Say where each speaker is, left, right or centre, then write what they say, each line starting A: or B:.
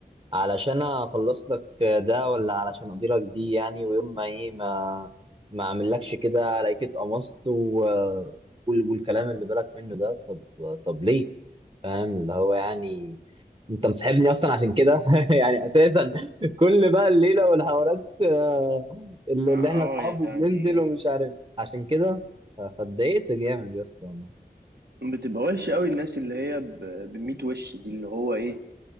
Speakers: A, on the right (about 35°); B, on the right (about 80°).
A: علشان اخلص لك ده ولا علشان اقضي لك دي يعني ويوم ما ايه ما ما اعملكش كده الاقيك اتقمصت و... وال- والكلام اللي بالك منه ده طب طب ليه فاهم اللي هو يعني انت مصاحبني اصلا عشان كده <laughs> يعني اساسا كل بقى الليله والحوارات آه، اللي
B: اه
A: اللي احنا
B: آه،
A: اصحاب وبننزل
B: يعني
A: ومش عارف عشان كده ف- فاتضايقت جامد يا اسطى والله.
B: بتبقى وحشه قوي الناس اللي هي ب- بميت وش دي اللي هو ايه